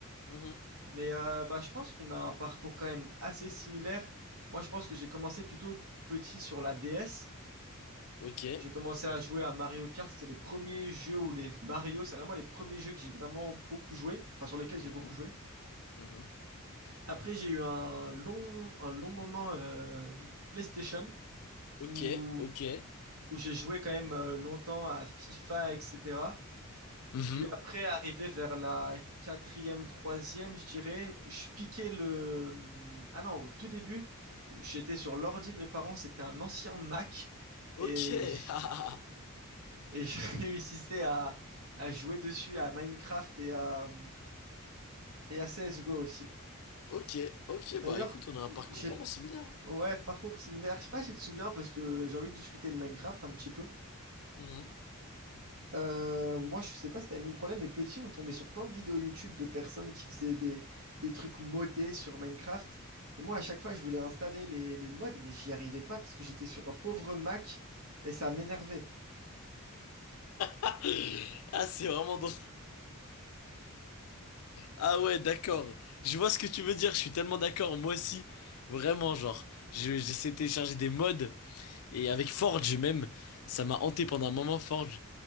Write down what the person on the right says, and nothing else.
Mais euh, bah, je pense qu'on a un parcours quand même assez similaire. Moi, je pense que j'ai commencé plutôt petit sur la DS.
J'ai commencé à jouer à Mario Kart. C'était les premiers jeux où les Mario, c'est vraiment les premiers jeux que j'ai vraiment beaucoup joué, enfin sur lesquels
j'ai beaucoup joué.
Après, j'ai eu un long, un long moment euh, PlayStation
où,
où j'ai joué quand même euh, longtemps à FIFA, etc.
Puis après, arrivé vers la quatrième, troisième, je dirais, je piquais le... hum, Ah non, au tout début, j'étais sur l'ordi de mes parents, c'était un ancien Mac,
et je,
et je <laughs> réussissais à... à jouer dessus à Minecraft et à, et à CSGO aussi.
D'ailleurs,
j'ai...
Ouais, parcours similaire, je sais pas si tu te souviens, parce que j'ai envie de discuter de Minecraft un petit peu.
Euh, moi, je sais pas si t'as aimé le problème, mais petit, on tombait sur plein de vidéos YouTube de personnes qui faisaient des, des trucs modés sur Minecraft. Et moi, à chaque fois, je voulais installer les, les mods, mais j'y arrivais pas parce que j'étais sur un pauvre Mac et ça m'énervait.